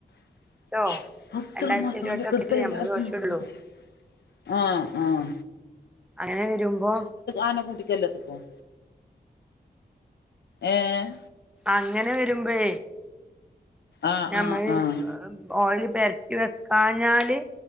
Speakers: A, on the left; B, in the centre.
A: <unintelligible>
B: വട്ടോ രണ്ടാഴ്ച ഒരു വട്ടൊക്കെല്ലേ നമ്മള് ദോശ ഇടുള്ളൂ
A: ആഹ് ആഹ്
B: അങ്ങനെ വരുമ്പോ
A: ആനക്കൂട്ടിക്ക എല്ലാത്തക്കും ഏഹ്
B: അങ്ങനെ വരുമ്പേ
A: ആഹ്
B: നഞമ്മള്
A: ആഹ് ആഹ്
B: ഓയില് പരട്ടി വെക്കാഞ്ഞാല്